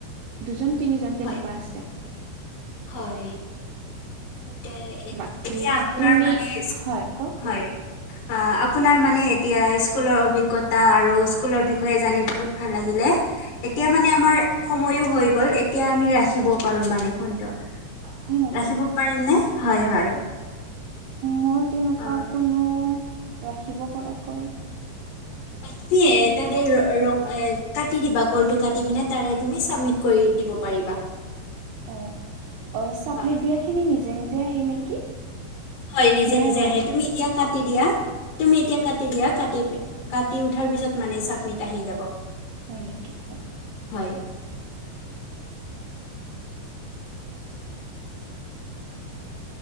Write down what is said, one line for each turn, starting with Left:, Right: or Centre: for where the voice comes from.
Right: দুজন-তিনিজন
Left: হয়
Right: তেনেকুৱা আছে।
Left: হয়। এতে
Right: বাকী
Left: এতিয়া আপোনাৰ
Right: তুমি
Left: মানে, ইস-
Right: হয় কওক
Left: হয় অ' আপোনাৰ মানে এতিয়া স্কুলৰ অভিজ্ঞতা আৰু স্কুলৰ বিষয়ে জানি বহুত ভাল লাগিলে। এতিয়া
Right: হয়
Left: মানে আমাৰ সময়ো হৈ গ'ল। এতিয়া আমি ৰাখিব পাৰোঁ, মানে ফোনটো।
Right: হয় নেকি
Left: ৰাখিব পাৰিম নে? হয় - হয়।
Right: মোৰ তেনেকুৱা
Left: অ',
Right: কোনো ৰাখিব পৰাকৈ
Left: বাকী
Right: চিন
Left: এ এ- তাতে ৰ- ৰং এ- কাটি দিবা, কলটো কাটি পিনে, তাৰে তুমি চাবমিট কৰি দিব পাৰিবা।
Right: অ'। অ' চাবমিট
Left: হয়,
Right: দিয়াখিনি নিজে - নিজে আহে নেকি?
Left: হয়। নিজে
Right: নাই
Left: - নিজে
Right: অহা
Left: আহে। তুমি এতিয়া কাটি দিয়া। তুমি এতিয়া কাটি দিয়া। কাটি- কাটি উঠাৰ পিছত মানে চাবমিত আহি যাব।
Right: হয় নেকি? ৰ'ব
Left: হয়।